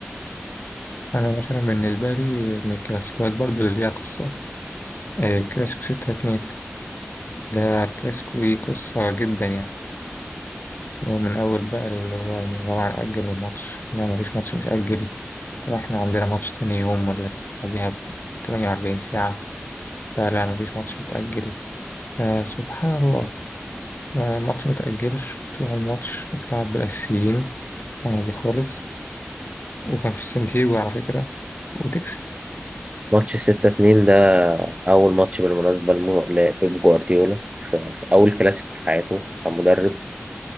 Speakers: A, on the left; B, on the right.
A: أنا مثلا بالنسبة لي من الكلاسيكوات برضو اللي ليها قصة آه، كلاسيكو ستة اتنين ده كلاسيكو ليه قصة جدا يعني هو من أول بقى اللي هو يا جماعة نأجل الماتش لا مفيش ماتش متأجل طب احنا عندنا ماتش تاني يوم ولا بعديها بتمانية وأربعين ساعة فلا مفيش ماتش هيتأجل فسبحان الله ما- الماتش متأجلش وتروح الماتش وتلعب بالأساسيين عادي خالص وكان في سانتياغو على فكرة وتكسب
B: ماتش ستة اتنين ده أول ماتش بالمناسبة لمو- لبيب جوارديولا في في أول كلاسيكو في حياته كمدرب